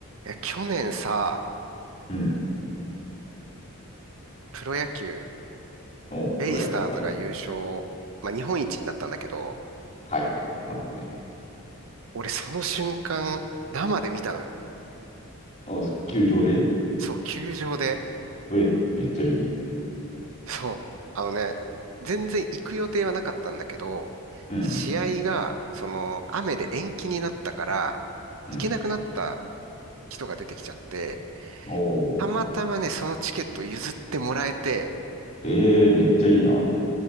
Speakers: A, on the right; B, on the left.
A: いや、去年さ、
B: うん。
A: プロ野球、
B: おうプロ野球。
A: ベイスターズが優勝、
B: はいはい。
A: まあ、日本一になったんだけど、
B: はいはい。なったね。
A: 俺その瞬間、生で見たのよ。
B: お球場で
A: そう、球場で。
B: え、めっちゃいいね。
A: そう、あのね、全然行く予定はなかったんだけど、
B: うん
A: 試合が、その、雨で延期になったから、
B: うん。
A: 行けなくなった
B: うん。
A: 人が出てきちゃって、
B: おお
A: たまたまね、そのチケット譲ってもらえて、
B: ええめっちゃいいな。